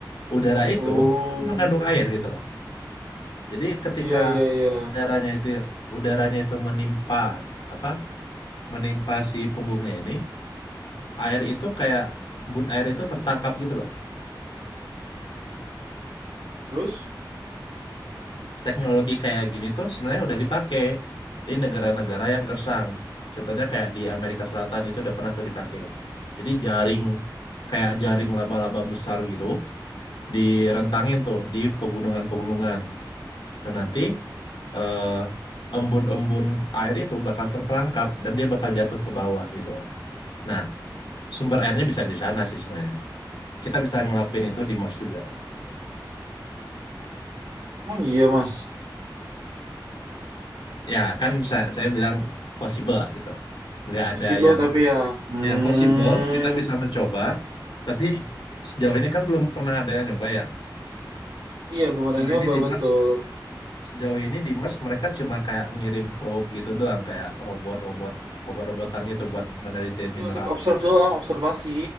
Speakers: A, on the left (about 75°); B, on the right (about 85°).
A: udara itu
B: Oh,
A: kan mengandung air gitu loh. Jadi ketika
B: iya iya iya.
A: udaranya itu udaranya itu menimpa apa? Menimpa si punggungnya ini, air itu kayak embun air itu tertangkap gitu loh.
B: Terus
A: teknologi kayak gini tuh sebenarnya udah dipakai di negara-negara yang gersang. Contohnya kayak di Amerika Selatan itu udah pernah tuh dipakai. Jadi jaring kayak jaring laba-laba besar gitu direntangin tuh di pegunungan-pegunungan. Nah nanti eh, embun-embun air itu bakal terperangkap dan dia bakal jatuh ke bawah gitu. loh. Nah sumber airnya bisa di sana sih sebenarnya. Kita bisa ngelakuin itu di Mars juga.
B: emang iya, Mas.
A: Ya kan saya, saya bilang possible lah gitu. Nggak
B: possible
A: ada yang
B: tapi ya hmm,
A: Ya, possible. Kita bisa mencoba. Tapi sejauh ini kan belum pernah ada yang nyoba ya.
B: iya belum ada
A: Sejauh
B: yang nyoba
A: ini di
B: betul.
A: Mars, sejauh ini di Mars mereka cuma kayak ngirim probe gitu doang, kayak robot-robot, robot-robotan gitu buat meneliti
B: Ini
A: mineral
B: untuk observe
A: gitu kan.
B: doang, observasi.